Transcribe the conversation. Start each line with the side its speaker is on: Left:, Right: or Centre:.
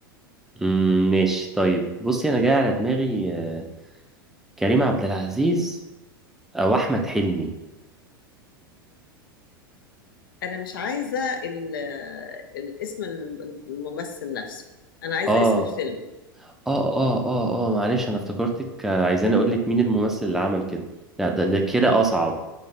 Centre: مم، ماشي طيب بصي انا جاي على دماغي آه، كريم عبد العزيز او احمد حلمي
Left: انا مش عايزه ال- الاسم الممثل نفسه انا عايزه
Centre: اه
Left: اسم الفيلم
Centre: اه اه اه اه معلش انا افتكرتك آه، عايزاني اقول لك مين الممثل اللي عمل كده لا ده ده كده
Left: لا
Centre: اصعب